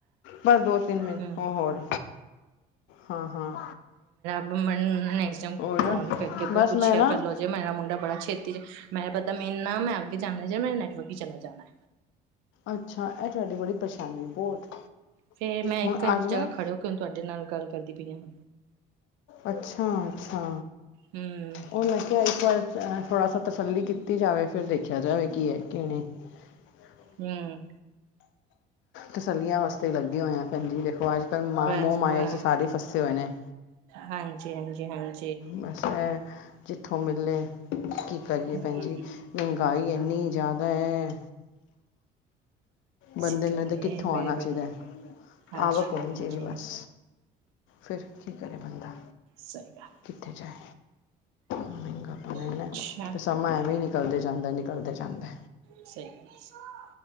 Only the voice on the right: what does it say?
ਹਮ
ਮੈਨੂ ਨੈਕਸਟ ਟਾਈਮ
ਕਾਲ ਕਰਕੇ ਪੁੱਛਿਆ
ਕਰ ਲੋ, ਜੇ ਮੇਰਾ ਮੁੰਡਾ ਬੜਾ ਛੇਤੀ ਚ ਮੈਂ ਪਤਾ ਮੇਰੇ ਨਾ ਮੈਂ ਅੱਗੇ ਜਾਂਦਾ, ਮੇਰਾ ਨੈਟਵਰਕ ਹੀ ਚਲਾ ਜਾਣਾ
ਫੇਰ ਮੈਂ
ਇੱਕ ਇੱਕ
ਜਗ੍ਹਾ ਖੜੇ ਹੋ ਕੇ, ਹੁਣ ਤੁਹਾਡੇ ਨਾਲ ਗੱਲ ਕਰਦੀ ਪਈ ਹਾਂ।
ਹਮ
ਹਮ
ਬਸ
ਬਸ
ਹਾਂਜੀ ਹਾਂਜੀ ਹਾਂਜੀ
ਹਮ
ਸਿਕਲੇ
ਬੜੇ
ਬੜੇ
ਹਾਂਜੀ
ਹਾਂਜੀ
ਸਹੀ ਗੱਲ
ਅੱਛਾ
ਸਹੀ ਗੱਲ ਹੈ